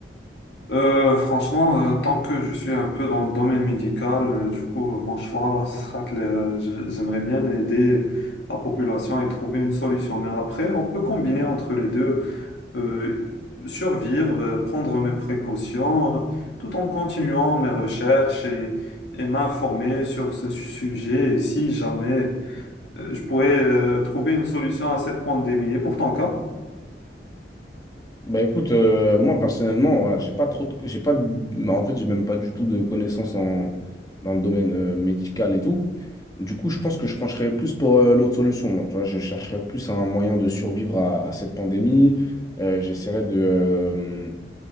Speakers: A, on the left (about 75°); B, on the left (about 20°).
A: Euh, franchement, euh, tant que je suis un peu dans le domaine médical, euh, du coup, euh, mon choix sera que euh, je- j'aimerais bien aider la population et trouver une solution. Mais après, on peut combiner entre les deux, euh, survivre, euh, prendre mes précautions, euh, tout en continuant mes recherches et, et m'informer sur ce sujet. Et si jamais, euh, je pourrais euh, trouver une solution à cette pandémie. Et pour ton cas?
B: Bah écoute, euh, moi personnellement, voilà, j'ai pas trop de- j'ai pas de- bah, en fait, j'ai même pas du tout de connaissances en, dans le domaine euh, médical et tout. Du coup, je pense que je pencherais plus pour euh, l'autre solution. moi, tu vois, je chercherais plus un moyen de survivre à, à cette pandémie. Euh, j'essaierais de, euh,